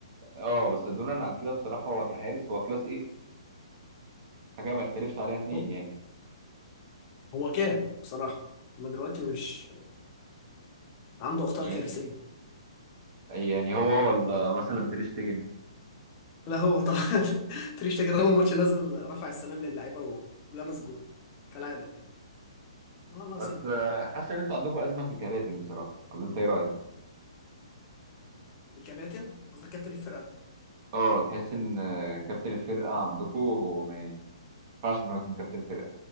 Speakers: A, on the right (about 40°); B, on the left (about 30°).
A: اه بس دون عن كده بصراحه هو كحارس هو كلاس ايه حاجه ما يختلفش عليها اتنين
B: هو
A: يعني
B: هو كان بصراحه ما دلوقتي مش عنده اخطاء
A: يعني
B: كارثيه
A: يعني هو ولا مثلا تير شتيجن
B: لا هو طبعا <laughs> تريش تاجر اول ماتش نزل رفع السلام للعيبه ولبس جول كالعاده يعني والله ناقصين
A: بس آه، حاسس ان انتوا عندكم ازمه في الكباتن بصراحه ولا انت ايه رايك
B: الكباتن قصدك كابتن الفرقه
A: اه تحس ان آه، كابتن الفرقه عندكم هو ما ينفعش ان هو يكون كابتن فرقه